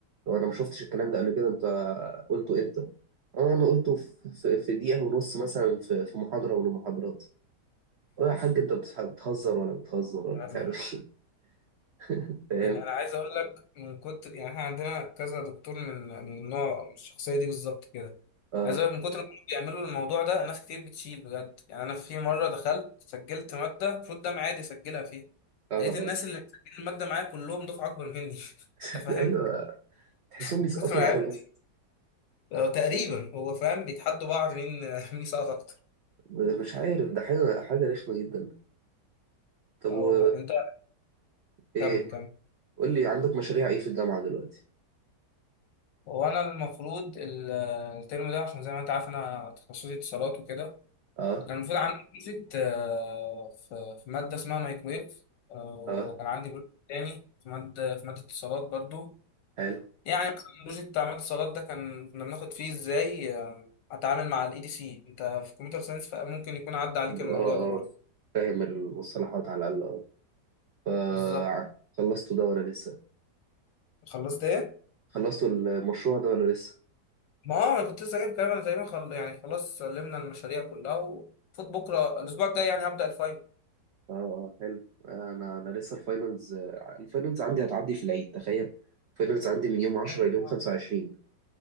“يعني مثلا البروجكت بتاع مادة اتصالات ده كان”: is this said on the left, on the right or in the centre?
Left